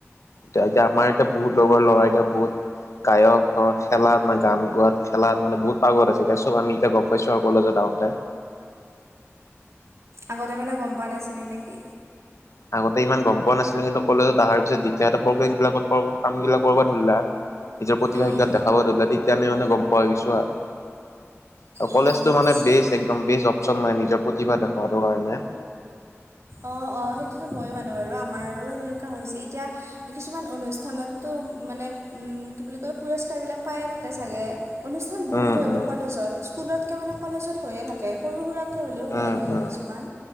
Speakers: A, on the left (about 75°); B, on the right (about 65°).
A: এ এতিয়া আমাৰ এতিয়া বহুত লগৰ ল'ৰা এটা বহুত গায়ক ধৰ খেলাত নে গান গোৱাত খেলাত মানে বহুত পাগত আছে এতিয়া চব আমি এটা গম পাইছো আৰু কলেজত আহোতে।
B: আগতে মানে গম পোৱা নাছিলি নেকি?
A: আগতে ইমান গম পোৱা নাছিলে কিন্তু কলেজত আহাৰ পিছত দ্বিতীয় প্ৰগ্ৰেমবিলাক ক কামবিলাক কৰ'বাত ধৰিলা। নিজৰ প্ৰতিভা
B: উম।
A: কিলাক দেখাব ধৰিলে তেতিয়াানে মানে গম পোৱা হৈ গৈছো আৰু। আৰু কলেজটো
B: অঁ আচ্ছা।
A: মানে বেষ্ট একদম বেষ্ট অপচন মানে নিজৰ প্ৰতিভা দেখুৱাটো কাৰণে।
B: অ, অ, সেইটোতো ময়ো মানো বাৰু আমাৰো তেনেকুৱা হৈছে এতিয়া কিছুমান অনুষ্ঠানতো মানে উম, কি বুলি কয়? পুৰস্কাৰ বিলাক পায়ে থাকে চাগে। অনুষ্ঠান বহুত
A: উম
B: হয়তটো
A: উম
B: কলেজত স্কুলতকে মানে কলেজত হৈয়ে থাকে সৰু সুৰা, হ'লেও হৈয়ে
A: উম
B: থাকে
A: উম
B: কিছুমান